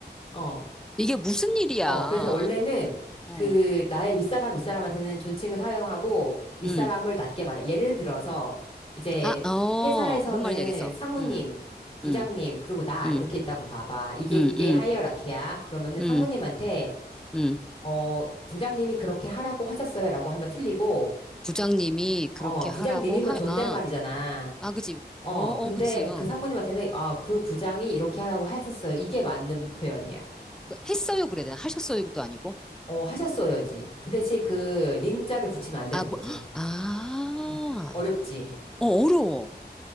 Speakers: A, on the left (about 35°); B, in the centre.
A: 어.
B: 이게 무슨 일이야.
A: 어, 그래서 원래는
B: 어,
A: 그 나의 윗사람, 윗사람한테는 존칭을 사용하고 윗사람을
B: 응.
A: 낮게 말해. 예를 들어서 이제
B: 아, 어,
A: 회사에서는
B: 뭔 말인지 알겠어.
A: 상무님,
B: 음,
A: 부장님,
B: 음,
A: 그리고 나
B: 음,
A: 이렇게 있다고 봐봐. 이게
B: 음,
A: 이게
B: 음,
A: 하이어라키야. 그러면은
B: 음,
A: 상무님한테
B: 음.
A: 어, 부장님이 그렇게 하라고 하셨어요라고 하면 틀리고
B: 부장님이 그렇게
A: 어, 부장님이면
B: 하라고 하,
A: 존댓말이잖아.
B: 아, 아, 그치.
A: 어,
B: 어, 어,
A: 근데
B: 그치. 어.
A: 그 상무님한테는 아, 그 부장이 이렇게 하라고 하셨어요. 이게 맞는 표현이야.
B: 그 했어요, 그래야 되나? 하셨어요도 아니고.
A: 어, 하셨어요, 이제. 그 대신 그 님자를 붙이면 안 되는
B: 아, 뭐,
A: 거지.
B: 아,
A: 음. 어렵지.
B: 어, 어려워.